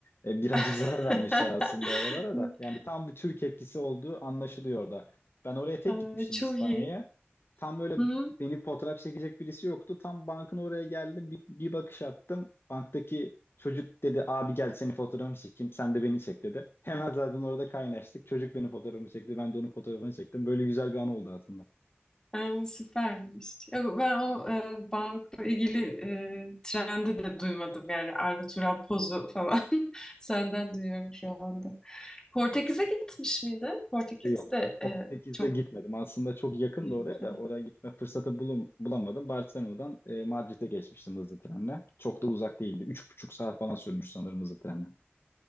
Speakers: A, on the left (about 60°); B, on the left (about 15°).
A: e, birazcık
B: <laughs>
A: zarar vermişler aslında oralara da. Yani tam bir Türk etkisi olduğu anlaşılıyor orada. Ben oraya tek
B: Ee,
A: gitmiştim
B: Çok
A: İspanya'ya.
B: iyi.
A: Tam böyle
B: Hı hı.
A: Beni fotoğraf çekecek birisi yoktu. Tam bankın oraya geldim. Bir, bir bakış attım. Banktaki çocuk dedi abi gel seni fotoğrafını çekeyim. Sen de beni çek dedi. Hemen zaten orada kaynaştık. Çocuk benim fotoğrafımı çekti. Ben de onun fotoğrafını çektim. Böyle güzel bir an oldu aslında.
B: Ee, Süpermiş. Yok, ben o e, bankla ilgili e, trendi de duymadım. Yani Arda Turan pozu falan <laughs> senden duyuyorum şu anda. Portekiz'e gitmiş miydi? Portekiz
A: E, Yok.
B: de
A: Portekiz'de
B: e, çok
A: gitmedim. Aslında çok yakın
B: keyifli.
A: da oraya da oraya gitme fırsatı bulun, bulamadım. Barcelona'dan e, Madrid'e geçmiştim hızlı trenle. Çok da uzak değildi. Üç buçuk saat falan sürmüş sanırım hızlı trenle.